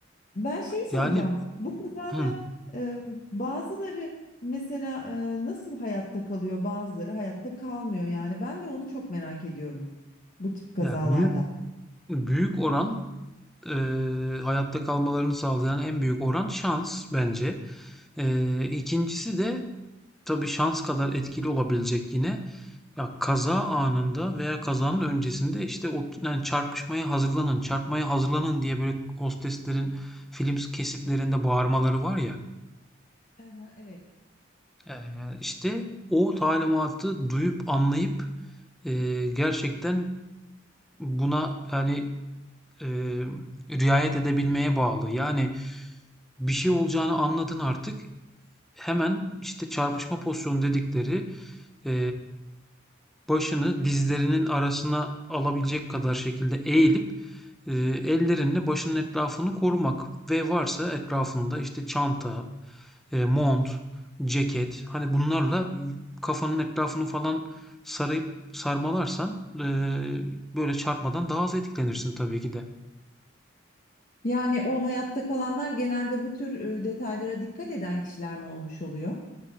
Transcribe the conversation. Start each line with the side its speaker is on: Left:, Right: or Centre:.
Left: ben şey soracağım.
Centre: yani
Left: Bu kazada
Centre: hı,
Left: e, bazıları mesela e, nasıl hayatta kalıyor, bazıları hayatta kalmıyor. Yani ben de onu çok merak ediyorum bu tip kazalarda.
Centre: ya büyük büyük oran e, hayatta kalmalarını sağlayan en büyük oran şans bence. Ee, ikincisi de tabii şans kadar etkili olabilecek yine. Ya kaza anında veya kazanın öncesinde işte o, yani çarpışmaya hazırlanın, çarpmaya hazırlanın diye böyle hosteslerin film kesitlerinde bağırmaları var ya.
Left: Hı hı, evet.
Centre: Ee, işte o talimatı duyup anlayıp e, gerçekten buna yani e, riayet edebilmeye bağlı. Yani bir şey olacağını anladın artık. Hemen işte çarpışma pozisyonu dedikleri e, başını dizlerinin arasına alabilecek kadar şekilde eğilip e, ellerinle başının etrafını korumak ve varsa etrafında işte çanta, e, mont, ceket hani bunlarla kafanın etrafını falan sarayıp sarmalarsan e, böyle çarpmadan daha az etkilenirsin tabii ki de.
Left: Yani o hayatta kalanlar genelde bu tür e, detaylara dikkat eden kişiler mi olmuş oluyor?